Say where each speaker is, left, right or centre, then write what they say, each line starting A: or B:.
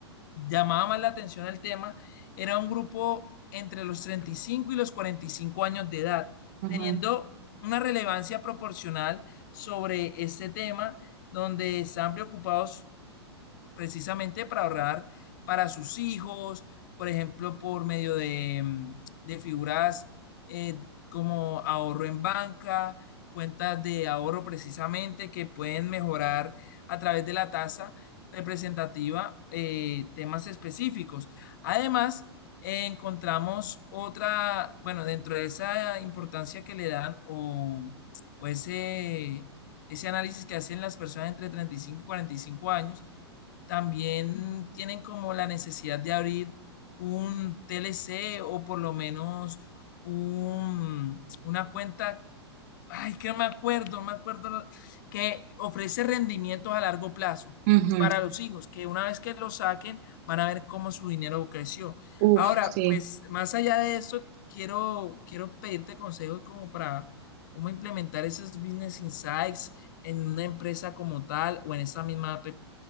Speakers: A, on the left; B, on the right.
A: llamaba más la atención al tema era un grupo entre los treinta y cinco y los 45 años de edad,
B: ujú,
A: teniendo una relevancia proporcional sobre este tema donde están preocupados precisamente para ahorrar para sus hijos, por ejemplo, por medio de, mm, de figuras eh, como ahorro en banca, cuentas de ahorro precisamente que pueden mejorar a través de la tasa representativa eh, temas específicos. Además, eh, encontramos otra, bueno, dentro de esa importancia que le dan o, o ese, ese análisis que hacen las personas entre 35 y 45 años, también tienen como la necesidad de abrir un TLC o por lo menos un, una cuenta, ay, que no me acuerdo, no me acuerdo, la- que ofrece rendimientos a largo plazo
B: ujú.
A: para los hijos, que una vez que lo saquen van a ver cómo su dinero creció.
B: Uf,
A: Ahora,
B: sí.
A: pues más allá de eso, quiero, quiero pedirte consejos como para cómo implementar esos business insights en una empresa como tal o en esa misma app.